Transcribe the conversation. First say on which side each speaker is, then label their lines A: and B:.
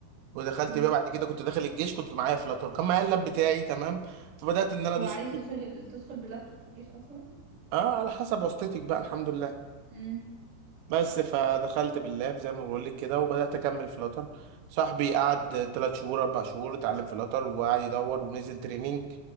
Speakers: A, on the right; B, on the right.
A: ودخلت
B: امم
A: بيه بعد كده كنت داخل الجيش كنت معايا فلاتر كان معايا اللاب بتاعي تمام فبدات ان انا ادوس
B: هو عادي تدخل ال- تدخل باللابتوب في الجيش اصلا
A: اه على حسب واسطتك بقى الحمد لله
B: امم
A: بس فدخلت باللاب زي ما بقول لك كده وبدات اكمل فلاتر صاحبي قعد ثلاث شهور اربع شهور اتعلم فلاتر وقعد يدور ونزل تريننج